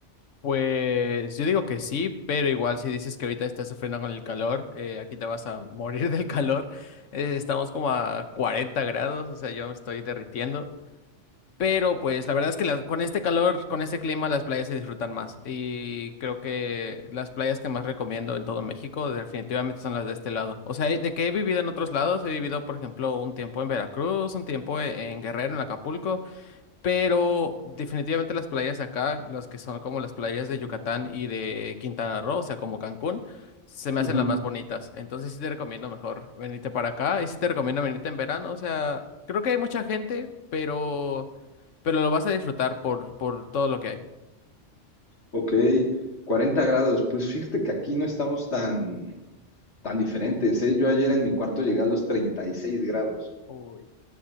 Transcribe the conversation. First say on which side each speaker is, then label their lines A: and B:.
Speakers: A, on the left; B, on the left.
A: Pues yo digo que sí, pero igual si dices que ahorita estás sufriendo con el calor, eh, aquí te vas a <laughs> morir del calor. Eh, estamos como a 40 grados, o sea, yo me estoy derritiendo. Pero pues la verdad es que las- con este calor, con este clima, las playas se disfrutan más. Y creo que las playas que más recomiendo en todo México definitivamente son las de este lado. O sea, de que he vivido en otros lados, he vivido, por ejemplo, un tiempo en Veracruz, un tiempo en en Guerrero, en Acapulco. Pero definitivamente las playas de acá, las que son como las playas de Yucatán y de Quintana Roo, o sea, como Cancún, se me
B: Ujú.
A: hacen las más bonitas. Entonces sí te recomiendo mejor venirte para acá y sí te recomiendo venirte en verano. O sea, creo que hay mucha gente, pero, pero lo vas a disfrutar por, por todo lo que hay.
B: Ok, 40 grados. Pues fíjate que aquí no estamos tan, tan diferentes, ¿eh? Yo ayer en mi cuarto llegué a los 36 grados.
A: Uy.